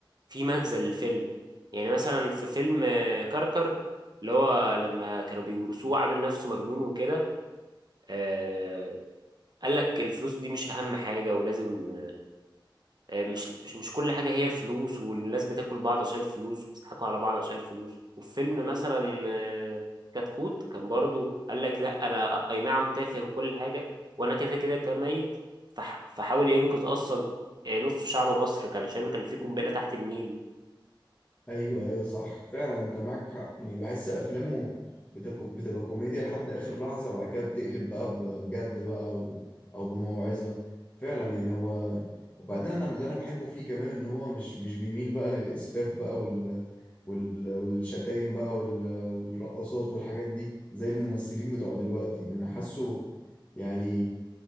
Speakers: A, on the right (about 55°); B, on the left (about 20°).
A: في مغزى للفيلم يعني مثلا في فيلم آه، كركر اللي هو لما كانوا بيورثوه عامل نفسه مجنون وكده آه قال لك الفلوس دي مش اهم حاجة ولازم آه، مش مش مش كل حاجة هي الفلوس والناس بتاكل بعض عشان الفلوس وبتضحكوا على بعض عشان الفلوس وفيلم مثلا آه، كتكوت كان برضو قال لك لا انا اي نعم تافه وكل حاجة وانا كده كده كميت فح- فحاول ينقذ اصلا آه، نص شعب مصر كان عشان كان في قنبلة تحت النيل
B: ايوه ايوه صح فعلا انت معاك حق يعني بحس افلامه بتك- بتبقى كوميديا لحد اخر لحظة وبعد كده بتقلب بقى بجد بقى او او بموعظة فعلا يعني هو وبعدين انا اللي انا بحبه فيه كمان ان هو مش مش بيميل بقى للاسفاف بقى وال وال والشتايم بقى وال والرقصات والحاجات دي زي الممثلين بتوع دلوقتي انا حاسه يعني